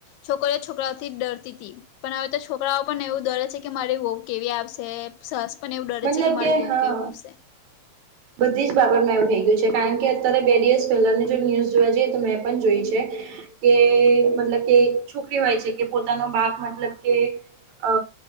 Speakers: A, on the left; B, on the right.
A: છોકરી છોકરાઓથી ડરતી હતી, પણ હવે તો છોકરાઓ પણ એવું ડરે છે કે મારી વોવ કેવી આવશે સાસ પણ એવું ડરે
B: મતલબ
A: છે કે મારે બહુ
B: હા
A: કેવું આવશે.
B: બધી જ બાબત મેવું થઈ ગયું છે કારણ કે, અત્યારે બે દિવસ પહેલાની જો ન્યૂઝ જોવા જઈએ તો મેં પણ જોય છે કે મતલબ કે છોકરીઓ હોય છે પોતાનો બાપ મતલબ કે અ